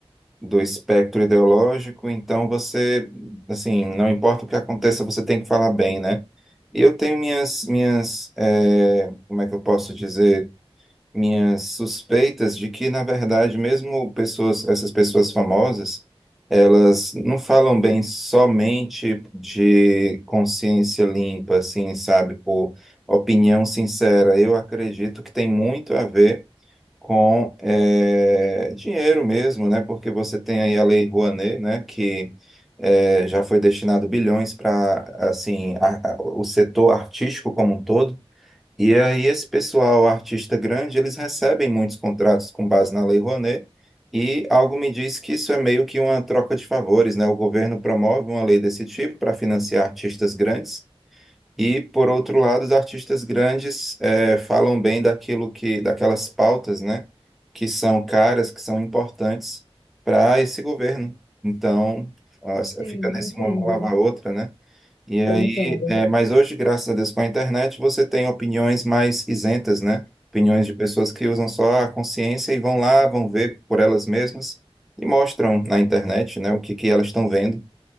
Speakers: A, in the centre; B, on the left.
A: do espectro ideológico, então você, assim, não importa o que aconteça, você tem que falar bem, né? E eu tenho minhas, minhas, eh, como é que eu posso dizer? minhas suspeitas de que, na verdade, mesmo pessoas, essas pessoas famosas, elas não falam bem somente de consciência limpa, assim, sabe, por opinião sincera. Eu acredito que tem muito a ver com eh, dinheiro mesmo, né? Porque você tem aí a Lei Rouanet, né? Que eh, já foi destinado bilhões para, assim, a- a- o setor artístico como um todo. E aí, esse pessoal, artista grande, eles recebem muitos contratos com base na Lei Rouanet, e algo me diz que isso é meio que uma troca de favores, né? O governo promove uma lei desse tipo para financiar artistas grandes, e, por outro lado, os artistas grandes eh, falam bem daquilo que, daquelas pautas, né? Que são caras, que são importantes para esse governo. Então, ah,
B: Sim,
A: fica nesse
B: entendo.
A: uma mão lavar a outra, né? E aí,
B: Eu entendo.
A: é, mas hoje, graças a Deus, com a internet, você tem opiniões mais isentas, né? Opiniões de pessoas que usam só a consciência e vão lá, vão ver por elas mesmas e mostram na internet, né, o que que elas estão vendo.